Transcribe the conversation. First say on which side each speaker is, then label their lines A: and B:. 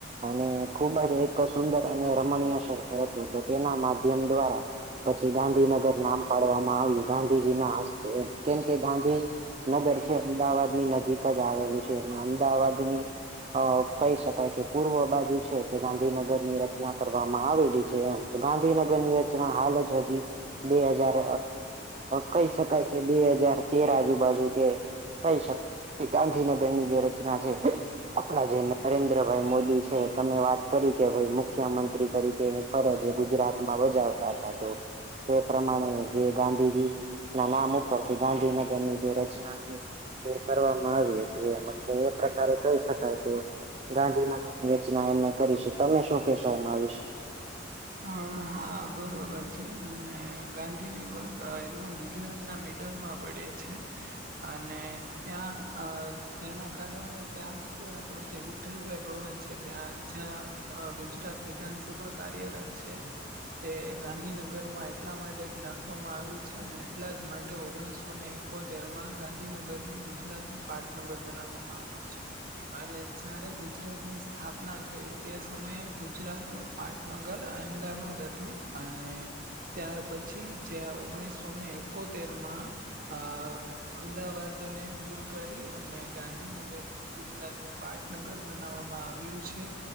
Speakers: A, on the right; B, on the right.
A: અને ખુબ જ જે એક સુંદર અને રમણીય શહેર હતું તો તેના માધ્યમ દ્વારા પછી ગાંધીનગર નામ પાડવામાં આવ્યું ગાંધીજી ના હસ્તે કેમ કે ગાંધી નગર છે અમદાવાદ ની નજીક જ આવેલું છે અને અમદાવાદની અ કહી શકાય કે પૂર્વ બાજુ છે ગાંધીનગરની ર રચના કરવામાં આવેલી છે એમ ગાંધીનગર ની રચના હાલ જ હજી બે હજાર કહી શકાય કે બે હજાર તેર આજુ બાાજુ કે કહી શક એ ગાંધીનગરની જે રચના છે આપડા જે નરેન્દ્રભાઈ મોદી છે તમે વાત કરી કે ભાઈ મુખ્ય મંત્રી તરીકેની ફરજ ગુજરાતમાં બજાવતા હતા તો તે પ્રમાણે જે ગાંધીજી ના નામ ઉપર થી ગાંધીનગર ની જે રચના એ કરવામાં આવી હતી એમ એટલે એ પ્રકારે કહી શકાય કે ગાંધીનગરની રચના એમને કરી છે તમે શું કેશો એના વિશે
B: અ હા બરોબર છે અને ગાંધીનગર એકદમ ગુજરાત ના મિડલ માં પડે છે અને ત્યાં અ એના કારણે ત્યાં જ તે આપણું જે અલભાઈ ભવન છે ત્યાં જ્યાં ગુજરાત વિધાનસભા કાર્યરત છે. તે ગાંધીનગરમાં એટલા માટે જ રાખવામાં આવી છે અને એટલા જ માટે ઓગણીસોને એકોતેર માં ગાંધીનગરને ગુજરાત નું પાટનગર બનાવવામાં આવ્યું છે. અને જારે ગ ગુજરાતની સ્થાપના થઈ તે સમયે ગુજરાતનું પાટનગર અહમદાબાદ હતું અને ત્યાર પછી જ્યા ઓગણીસો ને એકોતેર માં અ અમદાવાદ ને દૂર કરી, અને ગાંધીનગરને ગુજરાત નું પાટનગર બનાવવામાં આવ્યું છે,